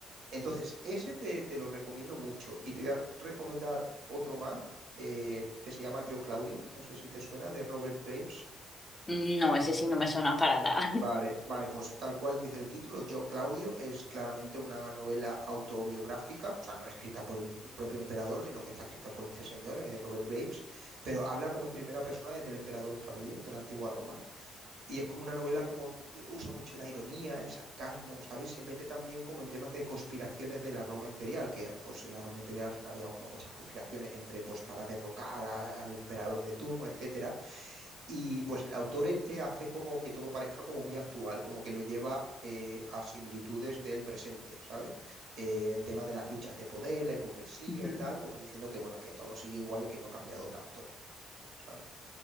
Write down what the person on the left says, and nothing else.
No, ese sí no me suena para nada.
<laughs> Ujú.